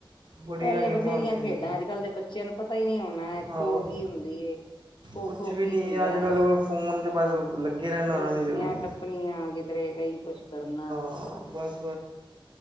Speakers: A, on the right (about 55°); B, on the left (about 60°).
A: ਬੜੀਆਂ
B: ਪਹਿਲੇ
A: ਗੇਮਾਂ
B: ਬਥੇਰੀਆਂ
A: ਹੁੰਦੀਆਂ
B: ਖੇਡਾਂ
A: ਸੀ
B: ਅੱਜ-ਕੱਲ ਦੇ ਬੱਚਿਆਂ ਨੂੰ ਪਤਾ ਹੀ ਨਹੀਂ ਹੋਣਾ
A: ਆਹੋ
B: ਖੋ ਕੀ ਹੁੰਦੀ ਏ ਖੋ-ਖੋ
A: ਕੁਛ ਵੀ
B: ਕੀ
A: ਨਹੀਂ
B: ਹੁੰਦਾ,
A: ਅੱਜ ਕੱਲ੍ਹ ਫੋਨ 'ਚ
B: ਰੱਸ
A: ਬਸ ਲੱਗੇ ਰਹਿਣਾ ਉਹਨਾਂ
B: ਰੱਸੀਆਂ
A: ਨੇ ਉਹ
B: ਟੱਪਣੀਆਂ ਕਿੱਧਰੇ ਕਈ ਕੁੱਛ ਕਰਨਾ।
A: ਹਾਂ ਬੱਸ।